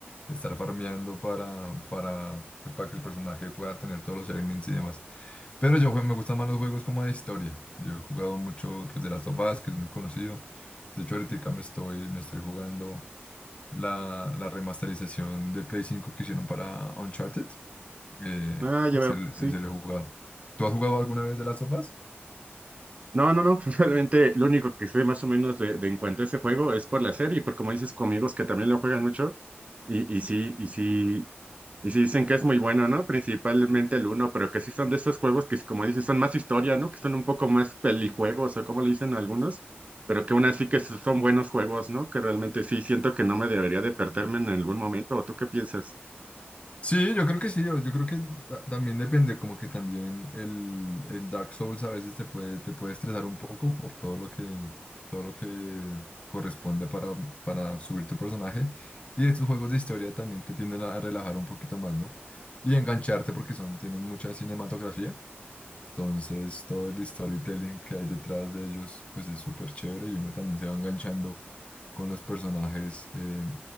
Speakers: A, on the left; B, on the right.
A: estar farmeando para, para, pues, para que el personaje pueda tener todos los elements y demás. Pero yo jue- me gustan más los juegos como de historia, yo he jugado mucho pues, de Last of Us, que es muy conocido, de hecho ahorita me estoy, me estoy jugando la, la remasterización de Play 5 que hicieron para Uncharted. Eh,
B: Ah, ya
A: se,
B: veo,
A: lo
B: sí.
A: se lo he jugado. ¿Tú has jugado alguna vez de las sofás?
B: No, no, no, <laughs> realmente lo único que sé más o menos de, de en cuanto a ese juego es por la serie, por como dices, con amigos que también lo juegan mucho y, y sí, y sí, y sí dicen que es muy bueno, ¿no? Principalmente el uno, pero que sí son de esos juegos que, como dices, son más historia, ¿no? Que son un poco más pelijuegos o como le dicen algunos, pero que aún así que s- son buenos juegos, ¿no? Que realmente sí siento que no me debería de perderme en algún momento, ¿o tú qué piensas?
A: Sí, yo creo que sí, yo, yo creo que ta- también depende, como que también el, el Dark Souls a veces te puede, te puede estresar un poco por todo lo que, todo lo que corresponde para, para subir tu personaje. Y estos juegos de historia también te tienden a relajar un poquito más, ¿no? Y engancharte porque son, tienen mucha cinematografía. Entonces, todo el storytelling que hay detrás de ellos, pues es súper chévere y uno también se va enganchando con los personajes eh,